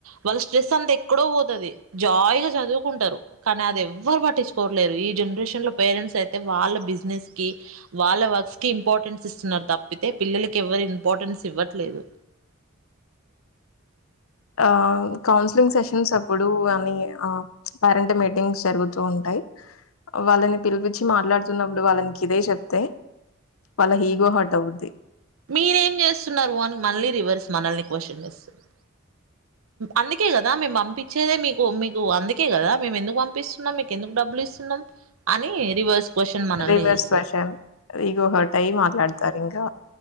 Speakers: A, on the right; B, on the left.
A: వాళ్ళ స్ట్రెస్ అంత ఎక్కడో పోతుది జాాలీగా చదువుకుంటారు కానీ ఎవ్వరు పట్టించుకోట్లేరు ఈ జనరేషన్ లో పేరెంట్స్ అయితే వాళ్ళ బిజినెస్ కి వాళ్ళ వర్క్స్ కి ఇంపార్టెన్స్ ఇస్తున్నారు తప్పితే పిల్లలకి ఎవ్వరి ఇంపార్టెన్స్ ఇవ్వట్లేదు
B: ఆ కౌన్సిలింగ్ సెషన్స్ అప్పుడు అని ఆ పేరెంట్ మీటింగ్స్ జరుగుతూ ఉంటాయి వాళ్ళని పిలిపచ్చి మాట్లాడుతున్నప్పుడు వాళ్ళకి ఇదే చెప్తే వాళ్ళ ఈగో హర్ట్ అవవుద్ది
A: మీరేం చేస్తున్నారు అని మనని రివర్స్ మనల్ని క్వశ్చన్ చేస్తుంది అందుకే కదా మేము పంపించేదే మీకు మీకు అందుకే కదా మేము ఎందుకు పంపిస్తున్నాం మీకు ఎందుకు డబ్బులు సున్న అని రివర్స్ క్వశ్చన్ మనల్ని
B: రివర్స్
A: చేస్తారు
B: పర్సన్ ఇగో హట్ అయి మాట్లాడుతారు ఇంకా